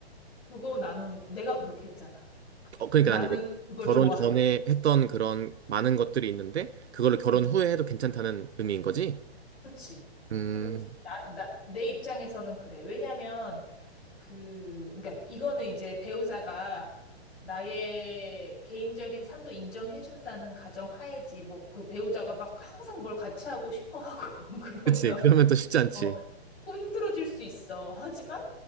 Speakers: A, on the left; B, on the right.
A: 그거 나는 내가 그렇게 했잖아.
B: 어, 그러니까
A: 그 나는
B: 난 이제
A: 그걸
B: 결혼
A: 좋아해.
B: 전에 했던 그런 많은 것들이 있는데, 그걸로 결혼
A: 응.
B: 후에 해도 괜찮다는 의미인 거지?
A: 그지
B: 음,
A: 그렇지. 나, 나, 내 입장에서는 그래. 왜냐면, 그, 그러니까 이거는 이제 배우자가 나의 개인적인 삶도 인정해준다는 가정 하에지, 뭐, 그 배우자가 막 항상 뭘 같이 하고 싶어 하고, <laughs> 그러면,
B: 그치. 그러면 또 쉽지 않지.
A: 어, 조금 힘들어질 수 있어. 하지만